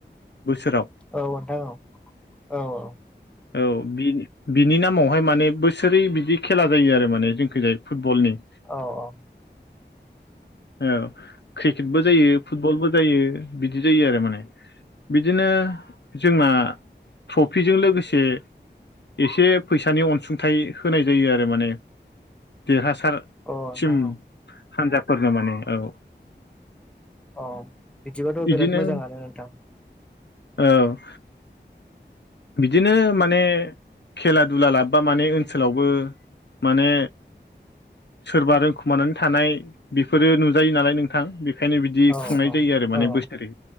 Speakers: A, on the left; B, in the centre.
A: बोसोराव
B: औ नोंथां औ औ-औ
A: औ बि बिनि नामावहाय माने बोसोरै बिदि। खेला जायो आरो माने जोंखै जाय फुटबलनि।
B: औ औ
A: औ क्रिकेटबो जायो फुटबलबो जायो बिदि जायो आरो माने। बिदिनो जोंना ट्रफिजों लोगोसे। एसे एसे फैसानि अनसुंथाइ होनाय जायो आरो माने। देरहासारसिम
B: औ नोंथां औ
A: हान्जाफोरनो माने औ
B: अ बिदिबाथ'
A: बिदिनो
B: बिराद मोजाङानो नोंथां।
A: औ। बिदिनो माने खेला दुला लाबोबा माने ओनसोलावबो माने। सोरबा रोंखुमानानै थानाय बेफोरो नुजायो नालाय नोंथां। ओंखायनो बिदि
B: औ
A: खुंनाय
B: औ
A: जायो आरो माने
B: औ औ
A: बोसोरै।